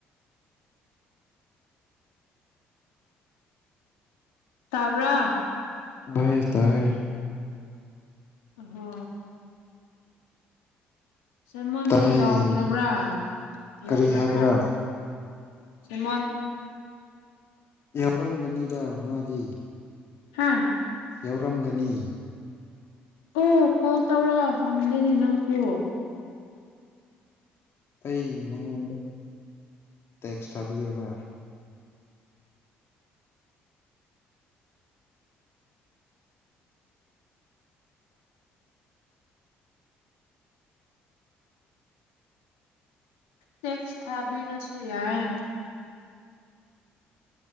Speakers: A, on the left (about 75°); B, on the left (about 50°).
A: ꯇꯥꯕ꯭ꯔꯥ
B: ꯁ ꯇꯔ
A: ꯍ ꯁꯦꯃꯣꯟꯄ
B: ꯇꯥꯏꯌꯦ
A: ꯌꯥꯎꯈ꯭ꯔꯕ꯭ꯔꯥ ꯌꯥꯎꯈ꯭ꯔꯕ꯭ꯔꯥ
B: ꯀꯔꯤ ꯍꯥꯏꯕ꯭ꯔꯥ
A: ꯁꯤꯃꯥꯟ
B: ꯌꯥꯎꯔꯝꯒꯅꯤꯗ ꯃꯥꯗꯤ
A: ꯍꯥꯥ
B: ꯌꯥꯎꯔꯝꯒꯅꯤ
A: ꯑꯣ ꯀꯣꯜ ꯇꯧꯔꯒ ꯍꯪꯗꯣꯏꯅꯦ ꯅꯪꯁꯨ
B: ꯑꯩ ꯃꯉꯣꯟꯗ ꯇꯦꯛꯁ ꯊꯥꯕꯤꯌꯔꯥ
A: ꯇꯦꯛꯁ ꯊꯥꯕꯤ ꯔꯁꯣꯌꯥꯏ